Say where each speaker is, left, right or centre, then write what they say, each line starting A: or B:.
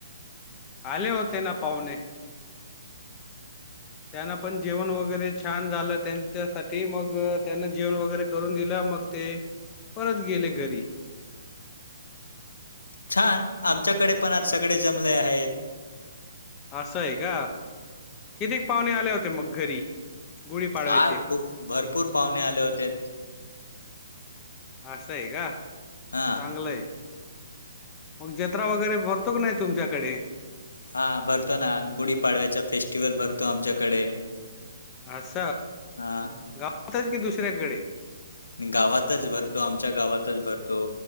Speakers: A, on the left; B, on the left.
A: आले होते ना पाहुणे. त्यांना पण जेवण वगैरे छान झालं. त्यांच्यासाठी मग त्यांना जेवण वगैरे करून दिला. मग ते परत गेले घरी.
B: छान. आमच्याकडे पण आज सगळे
A: अ-
B: जमले आहेत.
A: असं आहे का कितीक पाहुणे आले होते मग घरी? गुढीपाडव्याचे
B: हा खूप भरपूर पाहुणे आले होते.
A: असं आहे का,
B: हां,
A: चांगलं आहे. मग जत्रा वगैरे भरतो का नाही तुमच्याकडे?
B: हा भरतो ना. गुढीपाडव्याचा फेस्टिवल भरतो आमच्याकडे.
A: अस.
B: हा.
A: गावातच की दुसऱ्याकडे?
B: गावातच भरतो. आमच्या गावातच भरतो.